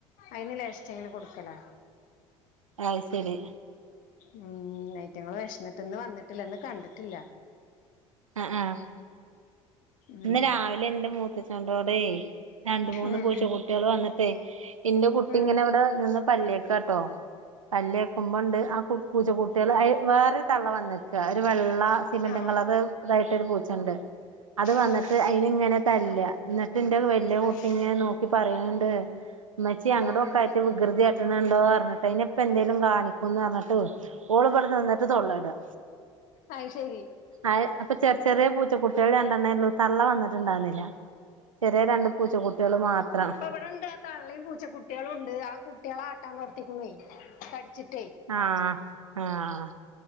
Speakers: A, on the left; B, on the right.
A: അയ്ന് ലേശീശങ്ങനെ കൊട്ക്കലാ
B: അയ്‌സെരി
A: ഉം ഐറ്റങ്ങള് വേശ്ന്നിട്ട് ഇന്ന് വന്നിട്ടില്ല ഇന്ന് കണ്ടിട്ടില്ല
B: ആഹ് ആഹ്
A: ഉം
B: ഇന്ന് രാവിലെ ഇന്റെ മൂത്തച്ചന്റോടെയ് രണ്ടു മൂന്ന്
A: ഉം
B: പൂച്ച കുട്ട്യാൾ വന്നിട്ടേയ് ഇന്റെ കുട്ടി
A: ഉം
B: ഇങ്ങനെ വ്ടെ നിന്ന് പല്ലേക്കാട്ടോ പല്ലെക്കുമ്പണ്ട് ആഹ് പൂ പൂച്ച കുട്ട്യാൾ വേറൊരു തള്ള വന്നക്ക ഒരു വെള്ള സ് സിമന്റും
A: ആഹ്
B: കളറ് തായിട്ടൊരു പൂച്ചണ്ട് അത് വന്നിട്ട്
A: ആഹ്
B: അയിനെ ഇങ്ങനെ തല്ല്ക എന്നിട്ട് എന്റെ വല്യ കുട്ടി
A: ആഹ്
B: നോക്കി പറയണിണ്ട്- ഇമ്മച്ചി അങ്ങട്ട്
A: ആഹ്
B: നോക്ക് അയിന്റ വികൃതി കാട്ട്ണ കണ്ടോ പറഞ്ഞിട്ട് അയ്നെ ഇപ്പ എന്തേലും കാണിക്കുംന്ന് പറഞ്ഞിട്ട്- ഓള് ഇവിടുന്ന് വന്നിട്ട് തൊള്ളയിടുക
A: അയ് ശരി
B: അത് അപ്പം ചെർ ചെറിയ പൂച്ച കുട്ടികള് ള് രണ്ടെണ്ണേ ഒള്ളു തള്ള വന്നിട്ടുണ്ടാവുന്നില്ല ചെറിയ രണ്ട് പൂച്ചക്കുട്ടികള് മാത്രാ
A: ഇവിടെ ഒണ്ട് ആ തള്ളേം പൂച്ച കുട്ടി കളും ഉണ്ട് ആ കുട്ടികളെ ആട്ടാൻ നടത്തിക്കുണുവേ കടിച്ചിട്ട്
B: ആഹാ ആഹാ